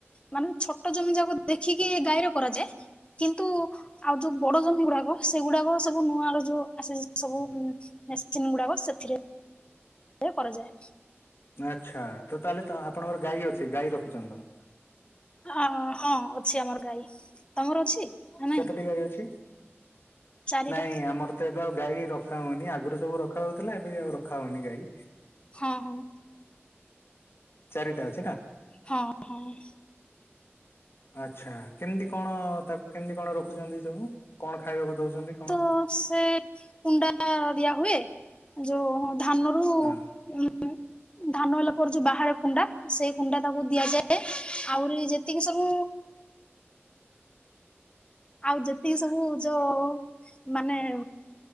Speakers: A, on the left; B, on the left.
A: ମାନେ ଛୋଟ ଜମି ଯାକ ଦେଖିକି ଗାଈର କରାଯାଏ, କିନ୍ତୁ ଆଉ ଯୋଉ ବଡ ଜମି ଗୁଡାକ ସେଗୁଡାକ ସବୁ ନୂଆ ର ଯୋଉ ଆସେ ସବୁ ମେ ସିନ୍ ଗୁଡ଼ାକ ସେଥିରେ କରାଯାଏ।
B: ଆଚ୍ଛା ତ ତାହେଲେ ଆପଣଙ୍କର ଗାଈ ଅଛି, ଗାଈ ରଖିଚନ୍ତି?
A: ଅ ହଁ ଅଛି ଆମର ଗାଈ। ତମର ଅଛି ନା
B: କେତୋଟି
A: ନାଇଁ?
B: ଗାଈ ଅଛି
A: ଚାରିଟା।
B: ନାଇଁ ଆମର ତ ଏବେ ଆଉ ଗାଈ ରଖା ହଉନି, ଆଗରୁ ସବୁ ରଖା ହଉଥିଲା ଏବେ ବି ଆଉ ରଖା ହଉନି ଗାଈ।
A: ହଁ-ହଁ।
B: ଚାରିଟା ଅଛି ନା।
A: ହଁ-ହଁ।
B: ଆଛା କେମ୍ତି କଣ ତାକୁ କେମ୍ତି କଣ ରଖୁଚନ୍ତି ସବୁ, କଣ ଖାଇବାକୁ ଦଉଚନ୍ତି କଣ?
A: ହଁ ସେ କୁଣ୍ଡା ଦିଆ ହୁଏ, ଯୋଉ ଧାନରୁ ଉଁ
B: ହଁ
A: ଉଁ ଧାନ ହେଲା ପରେ ଯୋଉ ବାହାରେ କୁଣ୍ଡା, ସେଇ କୁଣ୍ଡା ତାକୁ ଦିଆଯାଏ। ଆହୁରି ଯେତିକି ସବୁ ଆଉ ଯେତିକି ସବୁ ଯ ମାନେ